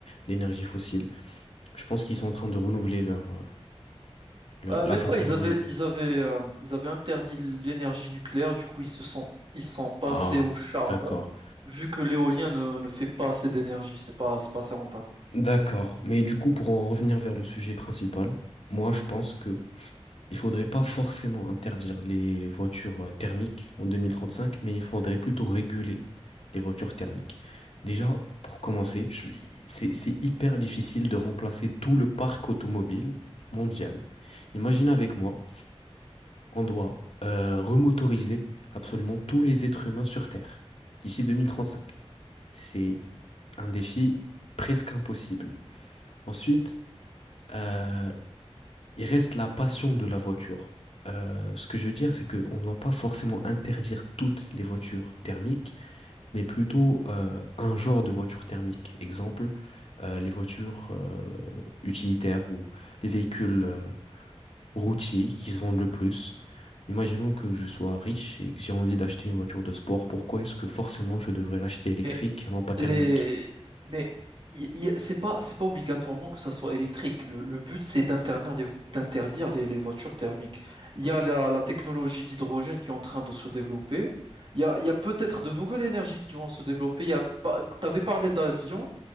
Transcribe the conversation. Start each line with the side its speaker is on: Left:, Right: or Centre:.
Left: d'énergie fossile. Je pense qu'ils sont en train de renouveler leur, euh, le-
Right: Euh,
Left: la
Right: même
Left: façon
Right: pas, ils
Left: dont
Right: avaient,
Left: ils...
Right: ils avaient, euh, ils avaient interdit l'énergie nucléaire, du coup, ils se sont, ils sont passés
Left: Ah,
Right: au charbon,
Left: d'accord.
Right: vu que l'éolien ne, ne fait pas assez d'énergie. C'est pas, c'est pas assez rentable.
Left: D'accord. Mais du coup, pour en revenir vers le sujet principal, moi, je pense que il faudrait pas forcément interdire les voitures euh, thermiques en 2035, mais il faudrait plutôt réguler les voitures thermiques. Déjà, pour commencer, je- c'est, c'est hyper difficile de remplacer tout le parc automobile mondial. Imagine avec moi on doit euh, remotoriser absolument tous les êtres humains sur Terre d'ici 2035. C'est un défi presque impossible. Ensuite, euh, il reste la passion de la voiture. Euh, ce que je veux dire, c'est qu'on ne doit pas forcément interdire toutes les voitures thermiques, mais plutôt euh, un genre de voiture thermique. Exemple, euh, les voitures euh, utilitaires ou les véhicules euh, routiers qui se vendent le plus. Imaginons que je sois riche et que j'ai envie d'acheter une voiture de sport, pourquoi est-ce que forcément je devrais l'acheter électrique
Right: Mais
Left: et non pas thermique?
Right: Les... Mais y- y- c'est pas, c'est pas obligatoirement que ça soit électrique. Le, le but, c'est d'interdire les, vo- d'interdire les, les voitures thermiques. Il y a la, la technologie d'hydrogène qui est en train de se développer. Il y a, il y a peut-être de nouvelles énergies qui vont se développer. Il y a pas... T'avais parlé d'avions.